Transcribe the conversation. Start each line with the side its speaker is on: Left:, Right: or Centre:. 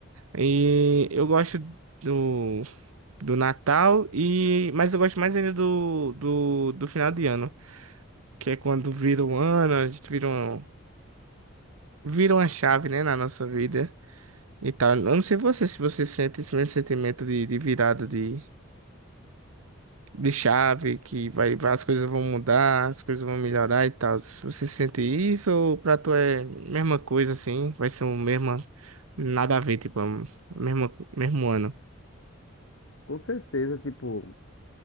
Right: E eu gosto do, do Natal e mas eu gosto mais ainda do, do, do final de ano, que é quando vira um ano, a gente vira, um, vira uma chave, né, na nossa vida e tal. Eu não sei você se você sente esse mesmo sentimento de, de virada de, de chave, que vai, vai- as coisas vão mudar, as coisas vão melhorar e tal. Se Você sente isso ou pra tu é mesma coisa assim, vai ser o mesmo nada a ver, tipo, a mesma mesmo ano.
Left: Com certeza, tipo,